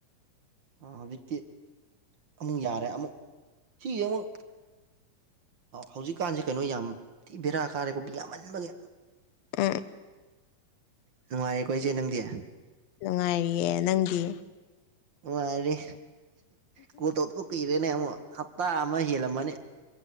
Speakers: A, on the right (about 45°); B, on the left (about 65°).
A: ꯑ ꯍꯧꯖꯤꯛꯇꯤ ꯑꯃꯨꯛ ꯌꯥꯔꯦ ꯑꯃꯨꯛ ꯁꯤ ꯑꯃꯨꯛ ꯍꯧꯖꯤꯛꯀꯥꯟꯁꯦ ꯀꯩꯅꯣ ꯌꯥꯝ ꯊꯤ ꯕꯦꯔꯥ ꯀꯥꯔꯦꯀꯣ ꯌꯥꯝꯃꯟꯕꯒꯤ
B: ꯎꯝ
A: ꯅꯨꯡꯉꯥꯏꯔꯦꯀꯣ ꯏꯆꯦ ꯅꯪꯗꯤ
B: ꯅꯨꯡꯉꯥꯏꯔꯤꯌꯦ ꯅꯪꯗꯤ
A: ꯋꯥꯔꯦ ꯀꯣꯜ ꯇꯧ ꯀꯨꯏꯔꯦꯅꯦ ꯑꯃꯨꯛ ꯍꯞꯇꯥ ꯑꯃ ꯍꯦꯜꯂꯝꯃꯅꯦ